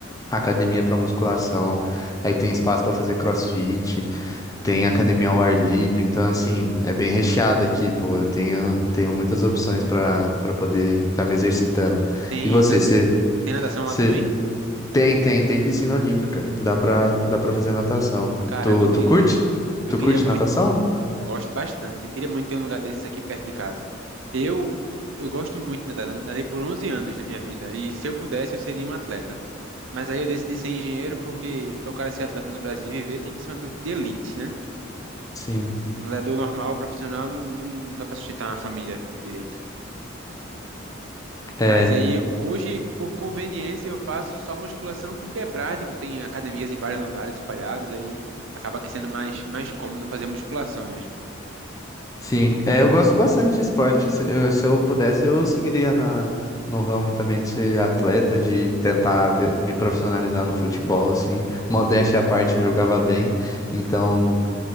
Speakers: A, on the left; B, on the right.
A: academia para musculação, aí tem espaço para fazer crossfit. Tem academia ao ar livre, então assim, é bem recheado aqui, pô. Eu tenho, tenho muitas opções para para poder estar me exercitando.
B: Tem,
A: E você,
B: na-
A: você,
B: tem natação
A: você
B: lá também?
A: tem, tem, tem piscina olímpica. Dá pra, dá para fazer natação.
B: Caramba,
A: Tu,
B: eu queria,
A: tu curte?
B: eu
A: Tu
B: queria
A: curte
B: muito.
A: natação?
B: Gosto bastante. Eu queria muito ter um lugar desses aqui perto de casa. Eu, eu gosto muito de nadar. Nadei por 11 anos na minha vida. E se eu pudesse, eu seria um atleta. Mas aí eu decidi ser engenheiro porque para o cara ser atleta no Brasil e viver tem que ser um atleta de elite, né?
A: Sim.
B: Um nadador normal, profissional, não, não- não dá para sustentar uma família direito.
A: É,
B: Mas aí hoje, por conveniência, eu faço só musculação porque é prático, tem academias em vários lugares espalhados, aí acaba que sendo mais, mais cômodo fazer musculação mesmo.
A: sim. É, eu gosto bastante de esporte. Se eu, se eu pudesse, eu seguiria na, no ramo também de ser atleta, de tentar vi- me profissionalizar no futebol, assim. Modéstia à parte, eu jogava bem. Então,